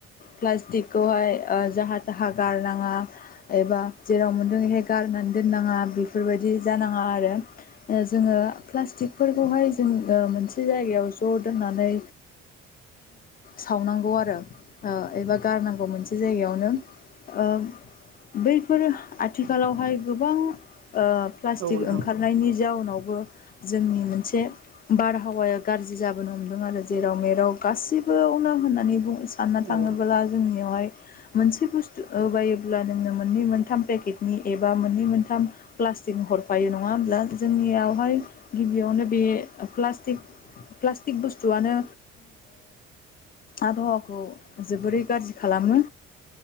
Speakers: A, on the left; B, on the right.
A: प्लास्टिक खौहाय जाहा थाहा गारनाङा एबा जेराव मोनदों बेहाय गारनानै दोन होन नाङा बेफोरबायदि जानाङा आरो जोङो प्लास्टिकफोरखौहाय जों मोनसे जायगायाव ज' दोननानै सावनांगौ आरो एबा गारनांगौ मोनसे जायगायाव मोन ओ बैफोर आथिखालावहाय गोबां ओ प्लास्टिक
B: औ नोंथां
A: ओंखारनायनि जाउनावबो जोंनि मोनसे बारहावाया गाज्रि जाबोनो हमदों आरो जेराव मेराव गासिबोयावनो होननानै बुङो। सानना
B: औ
A: थाङोब्ला जोंनियाव <inaudible> बा मोननै मोनथाम प्लास्टिक हरफायो नङा होमब्ला जोंनियावहाय गिबियावनो बे प्लास्टिक बुस्थुआनो आबहावाखौ जोबोरै गाज्रि खालामो